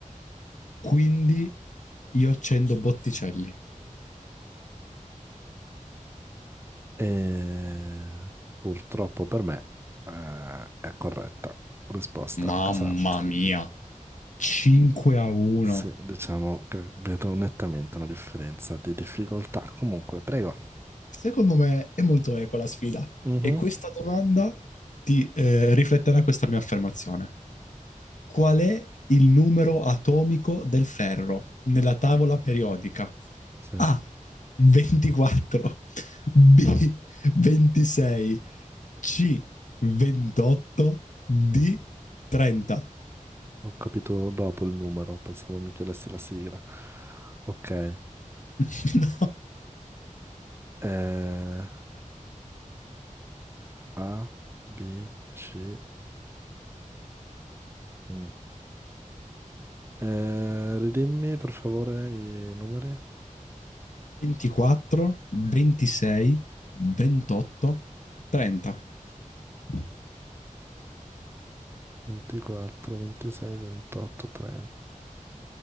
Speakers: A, on the left; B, on the right.
A: Quindi io accendo Botticelli.
B: E purtroppo per me eh, è corretta. Risposta
A: Mamma
B: esatta.
A: mia, 5 a 1.
B: Sì, diciamo che vedo nettamente una differenza di difficoltà. Comunque, prego.
A: Secondo me è molto equa la sfida.
B: Mhm.
A: E questa domanda ti eh, rifletterà questa mia affermazione. Qual è il numero atomico del ferro nella tavola periodica?
B: Sì,
A: A.
B: ho
A: 24, B. 26, C. 28, D. 30.
B: capito dopo il numero, pensavo mi chiedessi la sigla. Ok.
A: <laughs> No.
B: eh, A, B, C, U. Eh, ridimmi per favore i numeri.
A: 24, 26, 28, 30. <laughs>
B: 24, 26, 28, 30.